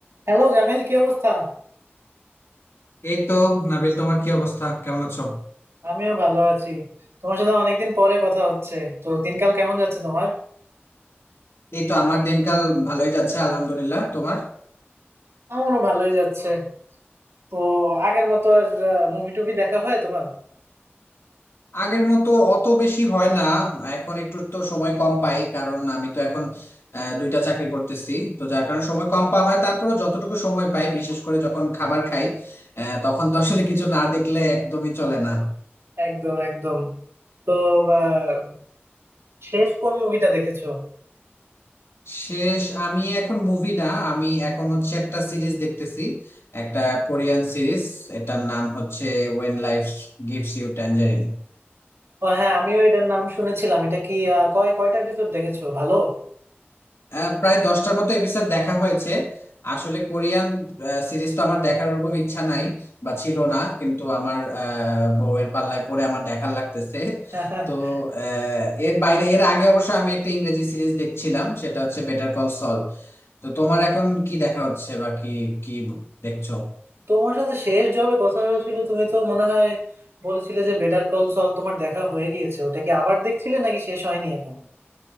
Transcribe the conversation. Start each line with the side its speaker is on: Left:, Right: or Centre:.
Right: Hello Jamil কি অবস্থা
Left: এই তো নাবিল তোমার কি অবস্থা কেমন আছো
Right: আমিও ভালো আছি তোমার সাথে অনেকদিন পরে কথা হচ্ছে তো দিনকাল কেমন যাচ্ছে তোমার
Left: এই তো আমার দিনকাল ভালোই যাচ্ছে আলহামদুলিল্লাহ তোমার
Right: আমারও ভালোই যাচ্ছে তো আগের মতো আর মুভি টুভি দেখা হয় তোমার
Left: আগের মতো অত বেশি হয় না এখন একটু তো সময় কম পাই কারণ আমি তো এখন আহ, দুইটা চাকরি করতেছি তো যার কারণে সময় কম পাওয়া হয় তারপরে যতটুকু সময় পাই বিশেষ করে যখন খাবার খাই আহ, তখন তো আসলে কিছু না দেখলে একদমই চলে না
Right: একদম একদম তো আহ, শেষ কোন মুভিটা দেখেছো
Left: শেষ আমি এখন মুভি না আমি এখন হচ্ছে একটা সিরিজ দেখতেছি একটা কোরিয়ান সিরিজ এটার নাম হচ্ছে when life gives you tangerine
Right: ও হ্যাঁ আমিও এটার নাম শুনেছিলাম এটা কি আহ, কয় কয়টা এপিসোড দেখেছো ভালো
Left: আহ, প্রায় দশটার মতো এপিসোড দেখা হয়েছে আসলে কোরিয়ান সিরিজ তো আমার দেখার ওরকম ইচ্ছা নাই বা ছিল না কিন্তু আমার আহ, বউয়ের পাল্লায় পড়ে আমার দেখার লাগতেছে
Right: <laughs>
Left: তো আহ, এর বাইরে এর আগে অবশ্য আমি একটা ইংরেজি সিরিজ দেখছিলাম সেটা হচ্ছে বেটার কল সল তো তোমার এখন কি দেখা হচ্ছে বা কি কি দেখছো
Right: তোমার সাথে শেষ যবে কথা হয়েছিল তুমি তো মনে হয় বলেছিলে যে বেটার কল সল তোমার দেখা হয়ে গিয়েছে ওটা কি আবার দেখছিলে নাকি শেষ হয়নি এখন